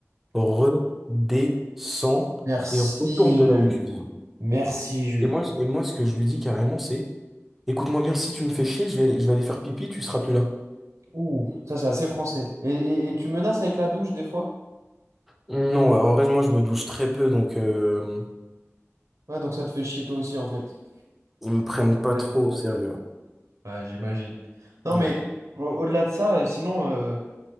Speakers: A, in the centre; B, on the right.
A: redescends
B: Merci,
A: et retourne de là
B: Jules.
A: où tu viens.
B: Merci, Jules.
A: Et moi, et moi, ce que je lui dis carrément, c'est, écoute-moi bien, si tu me fais chier, je vais aller, je vais aller faire pipi, tu seras plus là.
B: Ouh, ça c'est assez français. Et, et, et tu menaces avec la douche des fois?
A: Non, en vrai, moi, je me douche très peu, donc euh,
B: Ouais, donc ça te fait chier toi aussi en fait.
A: ils me prennent pas
B: Ça dépend.
A: trop au sérieux.
B: Ouais, j'imagine. Non
A: Ouais.
B: mais au- delà de ça, euh, sinon. euh,